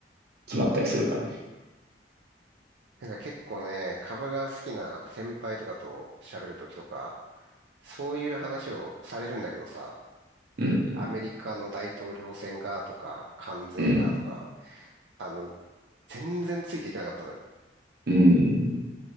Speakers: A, on the right; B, on the right.
A: 決まったりするからね。
B: なんか結構ね、株が好きな先輩とかと喋るときとか、そういう話をされるんだけどさ、
A: うん、
B: アメリカの大統領選がとか、関税がとか、
A: うん、うん。
B: あの、全然ついていけなかったのよ。
A: うん